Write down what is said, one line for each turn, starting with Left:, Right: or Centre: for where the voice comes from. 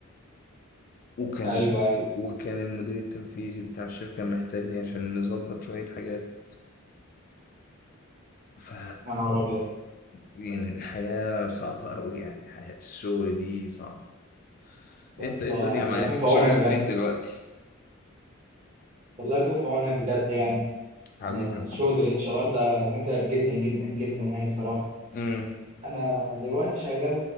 Left: وكان
Right: ايوه ايوه
Left: وكان المدير التنفيذي بتاع الشركة محتاجني عشان نظبط شوية حاجات ف
Right: يا نهار ابيض
Left: يعني الحياة صعبة أوي يعني حياة الشغل دي صعبة
Right: ده
Left: أنت
Right: انت
Left: إيه الدنيا
Right: الله
Left: معاك؟
Right: يكون
Left: أنت
Right: في عونك
Left: شغال
Right: بجد
Left: فين دلوقتي؟
Right: الله يكون في عونك بجد يعني
Left: حبيبي
Right: إن
Left: يا محمد
Right: شغل الاتش ار ده متعب جدا جدا جدا يعني بصراحه
Left: امم
Right: انا دلوقتي شغال